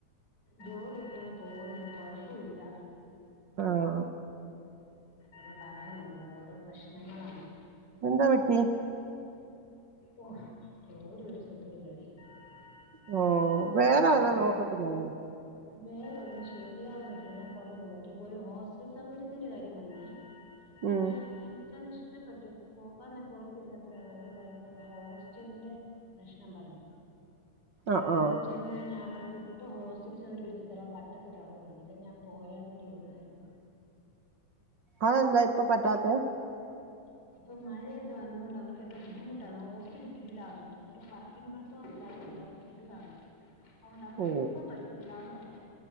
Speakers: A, on the left; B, on the right.
A: ജോലിയൊക്കെ ഇങ്ങനെ പോകുന്നു കൊഴപ്പവില്ല
B: ആഹ
A: ആ പറയാനുണ്ട് ഓരോ പ്രേശ്നങ്ങളാണ്
B: എന്താ വെട്ടി?
A: ഓ ജോലി ഒരു സുഖമില്ലെടി <unintelligible>
B: ഓ വേറെ
A: പഠിച്ച
B: വല്ല നോക്കത്തില്ലായിരുന്നു
A: വേറെ ഒന്നന്ന് ശരിയാവില്ല ഞാൻ കൊറെ നോക്കിയപ്പോൊ ഒരു ഹോസ്റ്റൽ സൗകര്യത്തിന്റെ കാര്യം വന്നേ
B: ഉം
A: അതെ എന എനിക്കത് ഇഷ്ടപ്പെട്ട് പോകാന്നൊക്കെ ഓർത്തിരുന്നപ്പോരാണ് അവർ പറഞ്ഞത് ഹോസ്റ്റലിന്റെ പ്രശ്നം പറഞ്ഞു
B: ആഹ്
A: നമ്മള്
B: ആഹ്
A: ചെയതു കഴിഞ്ഞാൽ അവർക്ക് ഇപ്പൊ ഹോസ്റ്റിന സൗകര്യം എനിക്ക് തരാൻ പറ്റത്തില്ലാെന്ന് പറഞ്ഞുല്ല ഞാൻ പോയാൻ വേണ്ടി ഇരുന്നായിരുന്നു
B: അതെന്താ ഇപ്പൊ
A: വന്തക്കന്നത്തെ
B: പറ്റാത്തെ
A: <unintelligible> ഇപ്പൊ മഴയൊക്കെ വന്നകൊണ്ട് അവർക്കെന്തോ ബുദ്ധിമുട്ടാണ് ഹോസ്റ്റല ഫില്ലാന്ന് അവർക്ക് വർ അതുകൊണ്ടവർക്ക്
B: ഓ
A: ഇപ്പം പറ്റത്തില്ലാന്ന് പറഞ്ഞു